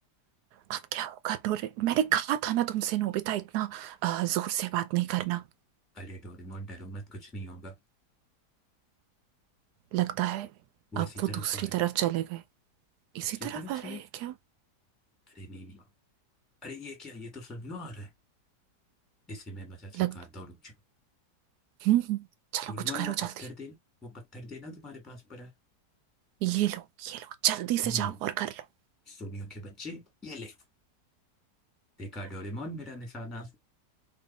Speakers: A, on the right (about 75°); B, in the centre.
A: अब क्या होगा डोरे मैंने कहा था ना तुमसे नोबिता इतना अ, जोर से बात नहीं करना
B: अरे डोरेमोन डरो मत कुछ नहीं होगा
A: लगता है
B: वो इसी
A: अब वो
B: तरफ
A: दूसरी
B: आ रहे हैं।
A: तरफ चले गए इसी
B: दूसरी
A: तरफ
B: तरफ
A: आ रहे
B: चले
A: हैं क्या
B: अरे नहीं नहीं अरे ये क्या ये तो फ्लामिंगो आ रहा है इसे मैं मजा चकाता
A: लग
B: हूँ रुक जाओ
A: हम्म हम्म, चलो
B: डोरेमोन
A: कुछ करो
B: वो पत्थर
A: जल्दी
B: देना वो पत्थर देना तुम्हारे पास पड़ा है
A: ये लो ये लो जल्दी से
B: हम्म
A: जाओ और कर लो
B: सोनियो के बच्चे ये ले देखा डोरेमोन मेरा निशाना